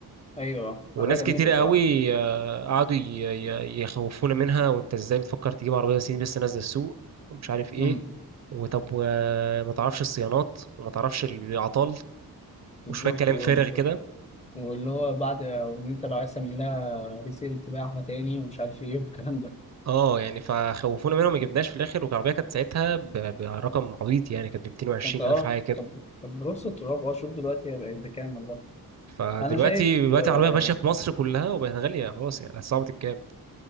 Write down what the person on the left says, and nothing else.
ايوه
حلوية جميلة
الصراحة
امم
بالظبط
وال...
واللي هو بعد وان انت لو عايز تعمل لها ريسيل تبيعها تاني ومش عارف ايه والكلام ده
انت اه
كان كان بنص التراب اه شوف دلوقتي هي بقت بكام والله
انا شايف
آه